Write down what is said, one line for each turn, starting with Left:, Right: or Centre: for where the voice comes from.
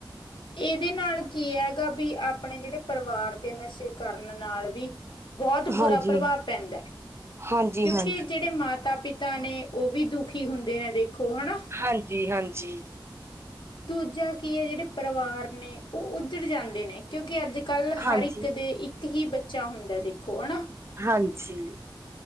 Left: ਇਹਦੇ ਨਾਲ ਕੀ ਹੈਗਾ ਵੀ, ਆਪਣੇ ਜਿਹੜੇ ਪਰਿਵਾਰ ਤੇ ਨਸ਼ੇ ਕਰਨ ਨਾਲ ਵੀ ਬਹੁਤ ਬੁਰਾ
Right: ਹਾਂਜੀ ਹਾਂਜੀ
Left: ਪ੍ਰਭਾਵ ਪੈਂਦਾ,
Right: ਹਾਂਜੀ
Left: ਕਿਉਂਕਿ ਜਿਹੜੇ ਮਾਤਾ- ਪਿਤ ਤਾ ਨੇ ਉਹ ਵੀ ਦੁਖੀ ਹੁੰਦੇ ਨੇ ਦੇਖੋ ਹਨਾ।
Right: ਹਾਂਜੀ-ਹਾਂਜੀ।
Left: ਦੂਜਾ ਕੀ ਐ, ਜਿਹੜੇ ਪਰਿਵਾਰ ਨੇ ਉਹ ਉੱਜੜ ਜਾਂਦੇ ਨੇ। ਕਿਉਂਕਿ ਅੱਜ ਕੱਲ੍ਹ
Right: ਹਾਂਜੀ
Left: ਹਰ ਇੱਕ ਦੇ
Right: ਹਾਂਜੀ
Left: ਇੱਕ ਹੀ ਬੱਚਾ ਹੁੰਦਾ ਦੇਖੋ ਹਨਾ।
Right: ਹਾਂਜੀ।